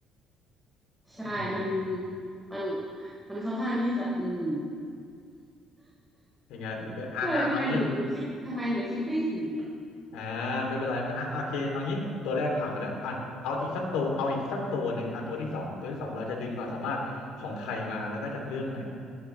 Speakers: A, in the centre; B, on the left (about 85°).
A: ใช่มัน
B: อืม
A: มันมันค่อนข้างที่จะอืม
B: เป็นไงตื่นเต้นอ่ะอ่ะเอางี้
A: เออทำไมหนูหนูคิดทำไมหนูคิดไม่ถึงนะ
B: อ่าไม่เป็นไรไม่เป็นไรอ่ะโอเคเอางี้ตัวแรกผ่านไปแล้วอ่ะเอาอีกสักตัวเอาอีกสักตัวหนึ่งอ่ะตัวที่สองตัวที่สองเราจะดึงความสามารถของใครมาแล้วก็จากเรื่องไหน